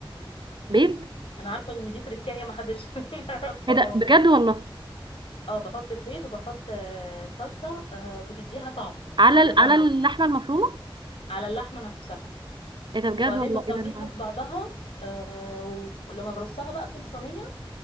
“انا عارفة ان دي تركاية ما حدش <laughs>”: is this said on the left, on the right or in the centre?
Left